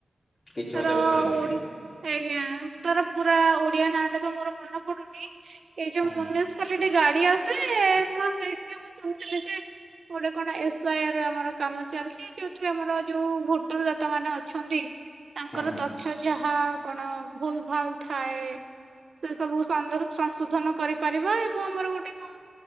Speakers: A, on the left; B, on the right.
A: କିଛି
B: ତାର
A: ମାତ୍ରାରେ ଶୁଣିଥିଲି।
B: ଓଡି ଆଜ୍ଞା ତାର ପୁରା ଓଡିଆ ନାଁ ଟା ତ ମୋର ମନ ପଡୁନି ଏଇ ଯୋଉ
A: ହୁଁ
B: ମୁନିସିପାଲିଟି ଗାଡି ଆସେ ତ ସେଇଠି ଶୁଣିଥିଲି ଯେ ଗୋଟେ କଣ ଏସ ଆଇ ଆର ଆମର କାମ ଚାଲିଛି ଏ ଆମର ଯୋଉ ଭୋଟରଦାତା ମାନେ ଅଛନ୍ତି ତାଙ୍କର
A: ହୁଁ ହୁଁ
B: ତଥ୍ୟ ଯାହା କଣ ଭୁଲ ଭାଲ ଥାଏ ସେ ସବୁ ସଂଶୋଧନ କରିପାରିବା ଏବଂ ଆମର ଗୋଟେ କଣ